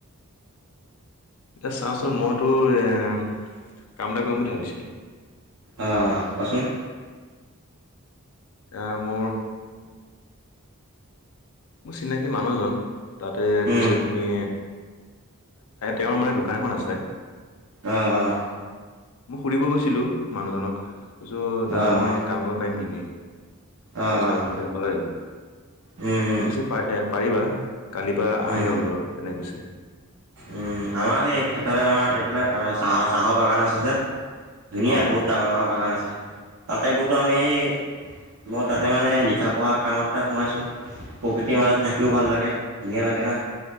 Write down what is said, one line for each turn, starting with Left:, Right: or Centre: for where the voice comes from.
Left: এতিয়া চাওঁচোন মইতোৰ এ কাম এটা কৰিম বুলি ভাবিছিলোঁ।
Right: অ কোৱাচোন
Left: আহ মোৰ, মোৰ চিনাকি মানুহজন। তাতে
Right: উম,
Left: কৈছে তুমি তেওঁৰ মানে দোকান এখন আছে।
Right: আহ আহ
Left: মই সুধিব গৈছিলোঁ মানুহজনক কৈছো দাদা
Right: অ', অ',
Left: মই কাম কৰিব পাৰিম নেকি?
Right: অ',
Left: পইচা অসুবিধা হয়।
Right: উম, উম,
Left: সি কৈছে এ পাৰিবা। কালিৰ পৰা
Right: উম,
Left: আহিবা বোলো আকৌ তেনে কৈছে
Right: উম আমাৰ সেই সেইফালে আমাৰ এইফালে আমাৰ চাহ চাহৰ বাগান আছে যে। ধুনীয়া
Left: অঁ
Right: বহুত ডাঙৰ ডাঙৰ বাগান আছে। তাতে বোলো আমি সেই মই তাতে মানে লিখা পঢ়া কামত সোমাইছো। প্ৰকৃতিৰ মাজত থাকিও ভাল লাগে ধুনীয়া লাগে না